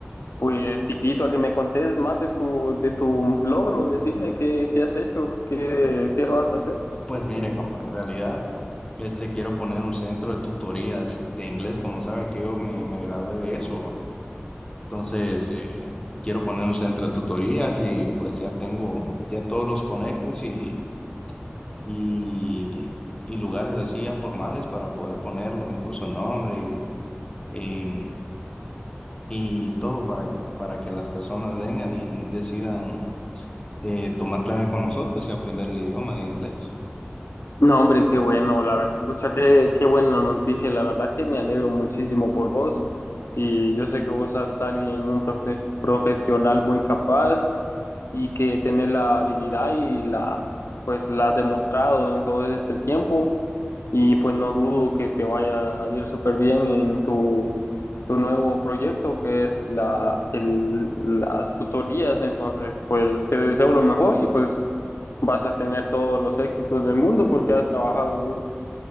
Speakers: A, on the left; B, on the left.
A: pues te invito a que me contés más de tu, de tu logro. Decime qué, qué has hecho, qué, qué vas a hacer.
B: Pues mire, compa, en realidad, este, quiero poner un centro de tutorías de inglés, como sabe que yo me, me gradué de eso. Entonces, eh, quiero poner un centro de tutorías y pues ya tengo ya todos los conectes y, y, y lugares así ya formales para poder ponerlo, incluso nombre y, y, y todo para, para que las personas vengan y decidan eh, tomar clases con nosotros y aprender el idioma de inglés.
A: No, hombre, qué bueno, la verdad, pucha, qué, qué buena noticia, la verdad que me alegro muchísimo por vos y yo sé que vos sos alguien, un profe- profesional muy capaz y que tiene la habilidad y la, pues la ha demostrado en todo este tiempo y pues no dudo que te vaya a ir súper bien en tu, tu nuevo proyecto que es la, el- las tutorías, entonces pues te deseo lo mejor y pues vas a tener todos los éxitos del mundo porque has trabajado duro.